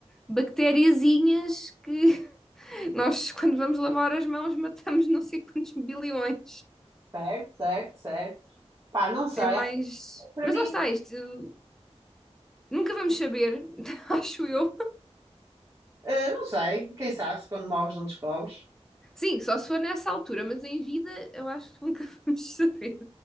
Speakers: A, in the centre; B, on the right (about 30°).
A: bactériazinhas que <laughs> nós, quando vamos lavar as mãos, matamos não sei quantos bilhões.
B: Certo, certo, certo. Pá, não sei.
A: É mais.
B: Para
A: Mas
B: mim,
A: lá está, isto nunca vamos saber, <laughs> acho eu.
B: eh, não sei. Quem sabe se quando morres não descobres.
A: Sim, só se for nessa altura, mas em vida eu acho que nunca <laughs> vamos saber.